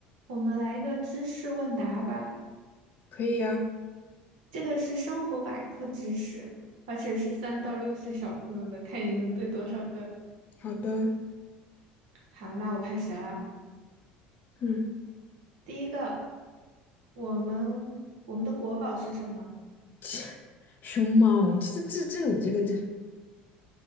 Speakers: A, on the right (about 75°); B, on the left (about 45°).
A: 我们来一个知识问答吧，
B: 可以呀，
A: 这个是生活百科知识，而且是三到六岁小朋友的，看你能对多少个。
B: 好的，
A: 好，那我开始啦。
B: 嗯，
A: 第一个，我们我们的国宝是什么？
B: <laughs> <tsk> 熊猫，这这这你这个这，